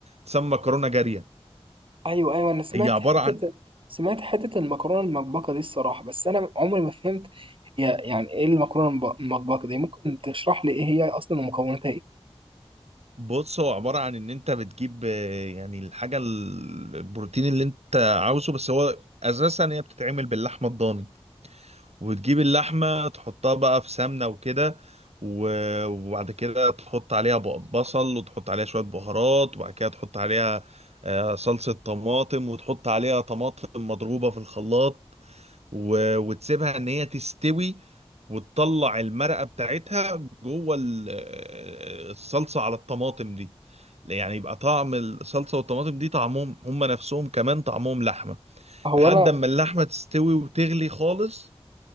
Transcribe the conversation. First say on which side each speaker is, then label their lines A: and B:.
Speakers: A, on the right (about 80°); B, on the right (about 55°).
A: تسمى مكرونه جاريه
B: ايوه ايوه انا سمعت
A: هي عبارة
B: حتة
A: عن
B: سمعت حتة المكرونة المطبقة دي الصراحة بس انا عمري ما فهمت هي يعني ايه المكرونة المب- المطبقة دي ممكن تشرح لي ايه هي اصلا ومكوناتها ايه
A: بص هو عبارة عن ان انت بتجيب آه، يعني الحاجة ال- البروتين اللي انت عاوزه بس هو اساسا هي بتتعمل باللحمة الضاني وتجيب اللحمة تحطها بقى في سمنة وكده و- وبعد كده تحط عليها بق- بصل وتحط عليها شوية بهارات وبعد كده تحط عليها آه، صلصة طماطم وتحط عليها طماطم مضروبة في الخلاط و... وتسيبها ان هي تستوي وتطلع المرقه بتاعتها جوه ال- الصلصه على الطماطم دي يعني يبقى طعم الصلصه والطماطم دي طعمهم هم نفسهم كمان طعمهم لحمه
B: هو
A: لحد
B: انا
A: اما اللحمه تستوي وتغلي خالص